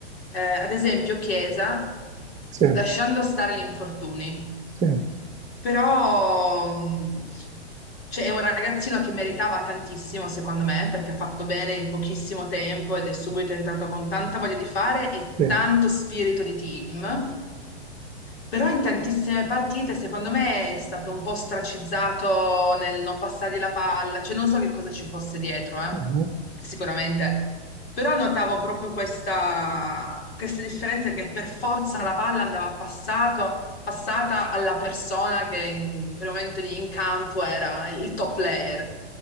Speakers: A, on the left; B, on the right.
A: Eh, ad esempio, Chiesa,
B: sì,
A: lasciando stare gli infortuni,
B: sì,
A: però mh, cioè, è un ragazzino che meritava tantissimo, secondo me, perché ha fatto bene in pochissimo tempo ed è subito entrato con tanta voglia di fare e
B: sì.
A: tanto spirito di team. Però in tantissime partite, secondo me, è stato un po' stracizzato nel non passargli la palla, cioè non so che cosa ci fosse dietro, eh,
B: Mhm.
A: Sicuramente. Però notavo proprio questa, questa differenza che per forza la palla andava passato- passata alla persona che in quel momento lì in campo era il top player.